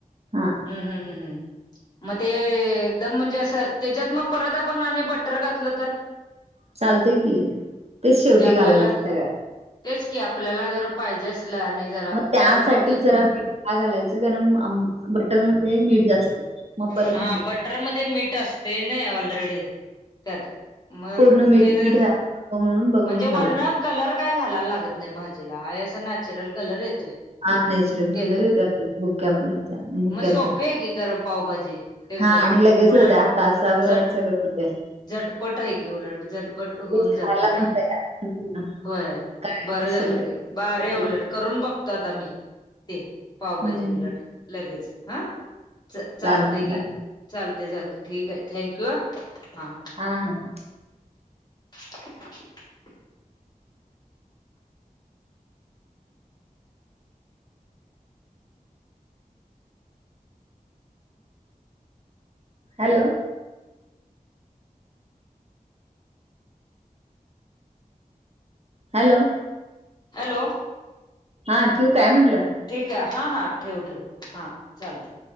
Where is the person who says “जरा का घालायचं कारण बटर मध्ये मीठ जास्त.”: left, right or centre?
Right